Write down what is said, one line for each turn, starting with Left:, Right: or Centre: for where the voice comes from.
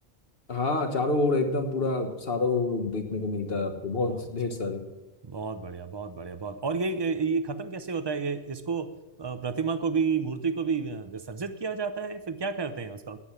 Left: हाँ चारों ओर एकदम पूरा सारों देखने को मिलता है आपको बहुत
Right: अच्छा
Left: ढेर सारे
Right: बहुत बढ़िया बहुत बढ़िया बहुत और ये ये, ये खत्म कैसे होता है ये इसको अ, प्रतिमा को भी मूर्ति को भी अ, विसर्जित किया जाता है फिर क्या करते हैं उसका